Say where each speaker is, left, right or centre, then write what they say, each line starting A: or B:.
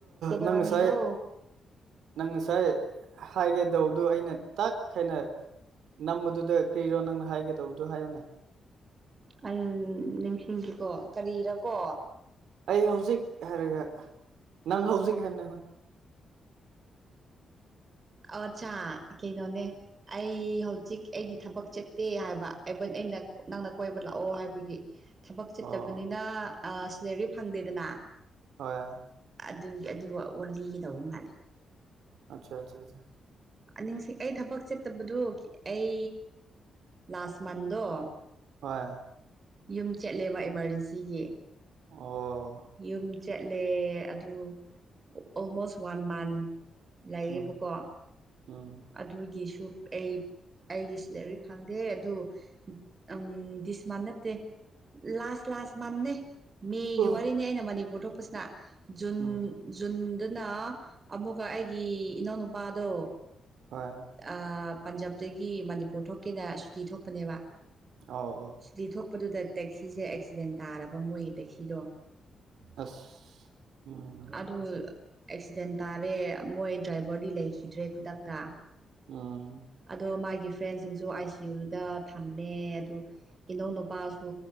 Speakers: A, on the right; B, on the right.
A: ꯀꯩꯗꯧꯔꯝꯃꯤꯅꯣ
B: ꯅꯪ ꯉꯁꯥꯏ ꯅꯪ ꯉꯁꯥꯏ ꯍꯥꯏꯒꯦꯗꯧꯗꯨ ꯑꯩꯅ ꯇꯛ ꯈꯦꯅ ꯅꯝꯕꯗꯨꯗ ꯀ꯭ꯔꯤꯔꯣ ꯅꯪꯅ ꯍꯥꯏꯒꯦ ꯇꯧꯕꯗꯨ ꯍꯥꯏꯌꯣꯅꯦ
A: ꯑꯩꯎꯝ ꯅꯤꯡꯁꯤꯡꯈꯤꯀꯣ ꯀꯔꯤꯔꯀꯣ
B: ꯑꯩ ꯍꯧꯖꯤꯛ ꯍꯥꯏꯔꯒ ꯅꯪ ꯍꯧꯖꯤꯛ ꯍꯥꯏꯕꯅꯦ ꯍꯣꯏ
A: ꯑꯑꯣꯠ ꯁꯥ ꯀꯤꯅꯣꯅꯦ ꯑꯩ ꯍꯧꯖꯤꯛ ꯑꯩꯗꯤ ꯊꯕꯛ ꯆꯠꯇꯦ ꯍꯥꯏꯕ ꯑꯩꯕ ꯑꯩꯅ ꯅꯪꯅ ꯀꯣꯏꯕ ꯂꯥꯛꯑꯣ ꯍꯥꯏꯕꯒꯤ ꯊꯕꯛ ꯆꯠꯇꯕꯅꯤꯅ
B: ꯑꯣ
A: ꯑꯥ ꯁꯦꯂꯦꯔꯤ ꯐꯪꯗꯦꯗꯅ
B: ꯍꯣꯏ
A: ꯑꯗꯨꯒꯤ ꯑꯗꯨ ꯑꯣ ꯂꯤꯒꯦ ꯇꯧꯕ ꯃꯥꯜꯂꯦ
B: ꯑꯁꯥꯆꯥꯆꯥ
A: ꯑꯅꯤꯡꯁꯤ ꯑꯩ ꯊꯕꯛ ꯆꯠꯇꯕꯗꯨ ꯑꯩ ꯂꯥꯁ ꯃꯟꯗꯣ
B: ꯍꯣꯏ
A: ꯌꯨꯝ ꯆꯠꯂꯦꯕ ꯑꯦꯃꯥꯔꯖꯦꯟꯁꯤꯒꯤ
B: ꯑꯣ
A: ꯌꯨꯝ ꯆꯠꯂꯦ ꯑꯗꯨ ꯑꯣꯜꯃꯣꯁ ꯋꯥꯟ ꯃꯟ ꯂꯩꯌꯦꯕꯀꯣ
B: ꯎꯝ ꯎꯝ
A: ꯑꯗꯨꯒꯤꯁꯨ ꯑꯩ ꯑꯩꯒꯤ ꯁꯤꯂꯔꯤ ꯐꯪꯗꯦ ꯑꯗꯨ ꯎꯝ ꯗꯤꯁ ꯃꯟꯅ ꯗꯦ ꯂꯥꯁ ꯂꯥꯁ ꯃꯥꯟꯅꯦ ꯃꯦꯒꯤ
B: ꯑꯣ
A: ꯋꯥꯔꯤꯅꯦ ꯑꯩꯅ ꯃꯅꯤꯄꯨꯔ ꯊꯣꯛꯄꯁꯤꯅ ꯖꯨꯟ
B: ꯎꯝ
A: ꯖꯨꯟꯗꯅ ꯑꯃꯨꯛꯀ ꯑꯩꯒꯤ ꯏꯅꯥꯎ ꯅꯨꯨꯄꯥꯗꯣ
B: ꯍꯣꯏ
A: ꯑꯥ ꯄꯟꯖꯥꯞꯇꯒꯤ ꯃꯅꯤꯄꯨꯔ ꯊꯣꯛꯀꯦꯅ ꯁꯨꯇꯤ ꯊꯣꯛꯄꯅꯦꯕ
B: ꯑꯥꯎ ꯑꯣ
A: ꯁꯨꯇꯤ ꯊꯣꯛꯄꯗꯨꯗ ꯇꯦꯛꯁꯤꯁꯦ ꯑꯦꯛꯁꯤꯗꯦꯟ ꯇꯥꯔꯕ ꯃꯣꯏꯒꯤ ꯇꯦꯛꯁꯤꯗꯣ
B: ꯑꯁ ꯎꯝ
A: ꯑꯗꯨ ꯑꯦꯛꯁꯤꯗꯦꯟ ꯇꯥꯔꯦ ꯃꯣꯏ ꯗ꯭ꯔꯥꯏꯚꯔꯗꯤ ꯂꯩꯈꯤꯗ꯭ꯔꯦ ꯈꯨꯗꯛꯇ
B: ꯎꯝ
A: ꯑꯗꯣ ꯃꯥꯒꯤ ꯐ꯭ꯔꯦꯟꯁꯤꯡꯁꯨ ꯑꯥꯏ ꯁꯤ ꯌꯨꯗ ꯊꯝꯃꯦ ꯑꯗꯨ ꯏꯅꯧꯅꯣꯞ ꯄꯥꯁꯨ